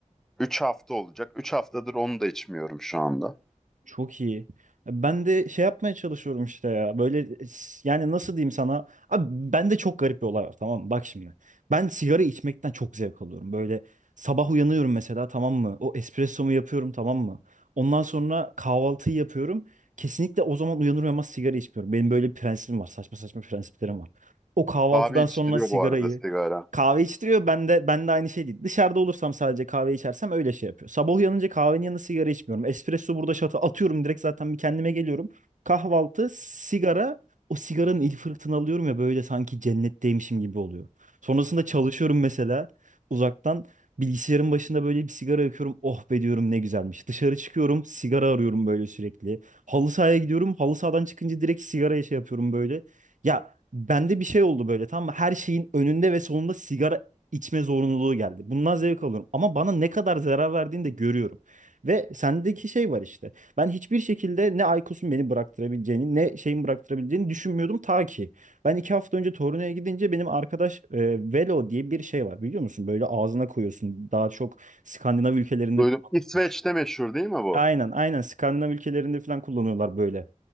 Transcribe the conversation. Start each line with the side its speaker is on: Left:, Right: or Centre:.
Centre: üç hafta olacak. 3 haftadır onu da içmiyorum şu anda.
Right: Çok iyi. Ben de şey yapmaya çalışıyorum işte ya. Böyle s- yani nasıl diyeyim sana? Abi bende çok garip bir olay var tamam mı? Bak şimdi. Ben sigara içmekten çok zevk alıyorum. Böyle sabah uyanıyorum mesela tamam mı? O espressomu yapıyorum tamam mı? Ondan sonra kahvaltıyı yapıyorum. Kesinlikle o zaman uyanır uyanmaz sigara içmiyorum. Benim böyle bir prensibim var. Saçma saçma prensiplerim var. O kahvaltıdan
Centre: Abi içtiriyor
Right: sonra sigarayı
Centre: bu arada sigara.
Right: Kahve içtiriyor. Ben de ben de aynı şey değil. Dışarıda olursam sadece kahve içersem öyle şey yapıyor. Sabah uyanınca kahvenin yanında sigara içmiyorum. Espresso burada şatı atıyorum direkt zaten bir kendime geliyorum. Kahvaltı, sigara. O sigaranın ilk fırtını alıyorum ya böyle sanki cennetteymişim gibi oluyor. Sonrasında çalışıyorum mesela uzaktan. Bilgisayarın başında böyle bir sigara yakıyorum. Oh be diyorum ne güzelmiş. Dışarı çıkıyorum sigara arıyorum böyle sürekli. Halı sahaya gidiyorum. Halı sahadan çıkınca direkt sigaraya şey yapıyorum böyle. Ya Bende bir şey oldu böyle tamam mı? Her şeyin önünde ve sonunda sigara içme zorunluluğu geldi. Bundan zevk alıyorum. Ama bana ne kadar zarar verdiğini de görüyorum. Ve sendeki şey var işte. Ben hiçbir şekilde ne Aykos'un beni bıraktırabileceğini ne şeyin bıraktırabileceğini düşünmüyordum ta ki. Ben iki hafta önce Torino'ya gidince benim arkadaş e, Velo diye bir şey var biliyor musun? Böyle ağzına koyuyorsun. Daha çok Skandinav ülkelerinde
Centre: Duydum.
Right: kullanılmış.
Centre: İsveç'te meşhur değil mi bu?
Right: Aynen aynen Skandinav ülkelerinde falan kullanıyorlar böyle.